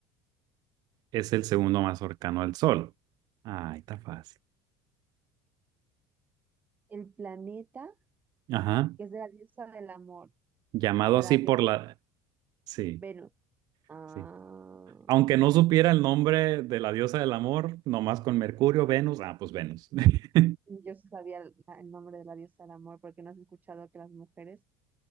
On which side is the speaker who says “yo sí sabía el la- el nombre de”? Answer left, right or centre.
Right